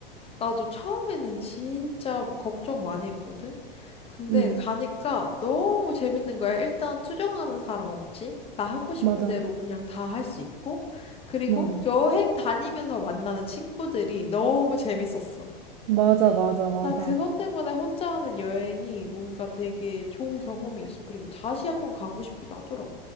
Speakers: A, on the left; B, on the right.
A: 나도 처음에는 진짜 뭐 걱정 많이 했거든? 근데
B: 응
A: 가니까 너무 재밌는 거야. 일단 투정하는 사람 없지? 나 하고 싶은
B: 맞아,
A: 대로 그냥 다 할 수 있고. 그리고
B: 맞아,
A: 여행 다니면서 만나는 친구들이 너무 재밌었어.
B: 맞아, 맞아, 맞아.
A: 난 그것 때문에 혼자 하는 여행이 뭔가 되게 좋은 경험이었어. 그리고 다시 한번 가고 싶기도 하더라고.